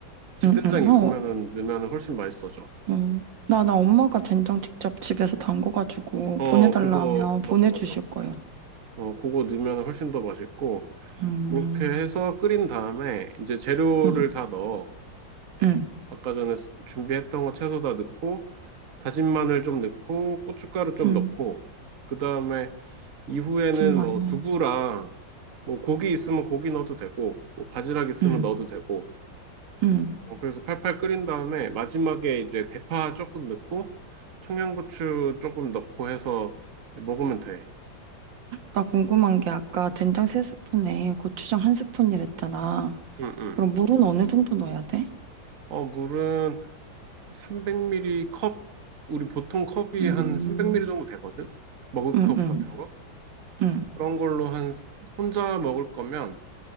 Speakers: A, on the right; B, on the right.
A: 집된장
B: 응, 응.
A: 있으면은
B: 어,
A: 넣으면 훨씬 맛있어져.
B: 응. 나, 나 엄마가 된장 직접 집에서 담궈가지고
A: 어,
B: 보내달라
A: 그거,
B: 하면
A: 맞아,
B: 보내주실
A: 맞아.
B: 거야.
A: 어, 그거 넣으면 훨씬 더 맛있고,
B: 음,
A: 그렇게 해서 끓인 다음에 이제 재료를
B: 응,
A: 다 넣어.
B: 응,
A: 아까 전에 스- 준비했던 거 채소 다 넣고, 다진 마늘 좀 넣고, 고춧가루 좀
B: 응.
A: 넣고, 그 다음에 이후에는
B: 많마요
A: 뭐 두부랑 뭐 고기 있으면 고기 넣어도 되고, 뭐 바지락 있으면
B: 응,
A: 넣어도 되고,
B: 응.
A: 어, 그래서 팔팔 끓인 다음에 마지막에 이제 대파 조금 넣고, 청양고추 조금 넣고 해서 이제 먹으면 돼.
B: 나 궁금한 게 아까 된장 세스푼에 고추장 한 스푼이랬잖아.
A: 응, 응.
B: 그럼 물은 어느 정도 넣어야 돼?
A: 어, 물은 300ml 컵, 우리 보통 컵이
B: 음,
A: 한 300ml 정도 되거든? 먹을
B: 응,
A: 컵
B: 응,
A: 같은 거?
B: 응,
A: 그런 걸로 한, 혼자 먹을 거면